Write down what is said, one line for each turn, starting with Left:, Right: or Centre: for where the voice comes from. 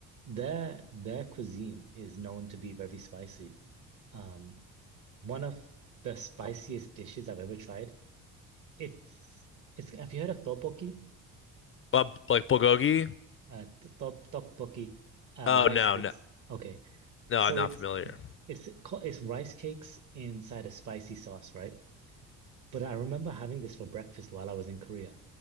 Right: Their their cuisine is known to be very spicy. Um, one of the spiciest dishes I've ever tried. It's it's have you heard of tteokbokki?
Left: Uh, like bulgogi?
Right: Uh, t- top tteokbokki, uh,
Left: Oh
Right: rice
Left: no,
Right: cakes.
Left: no,
Right: Okay,
Left: no,
Right: so
Left: I'm not
Right: it's
Left: familiar.
Right: it's ca- it's rice cakes inside a spicy sauce, right? But I remember having this for breakfast while I was in Korea,